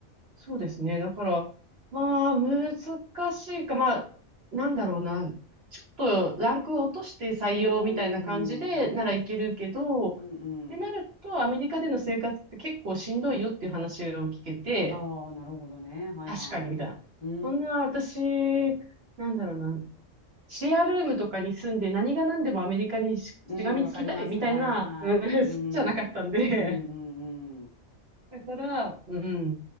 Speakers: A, on the right; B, on the left.
A: そうですね。だから、まあ、難しいか、まあ、なんだろうな。ちょっとランクを落として採用みたいな感じでならいけるけど、
B: うーん。うん
A: っ
B: う
A: てなると、
B: ん。
A: アメリカでの生活って結構しんどいよっていう話を聞けて、
B: ああ、なるほどね。はいはい。
A: 確かにみたいな。
B: うー
A: そんな私、
B: ん。
A: なんだろうな。シェアルームとかに住んで何が何でもアメリカにししがみつきたいみたいな、
B: うん、わかります。はいはい。
A: うん、<laughs> 好きじゃなかったんで。
B: うん。うんうんうん。
A: だから、うん。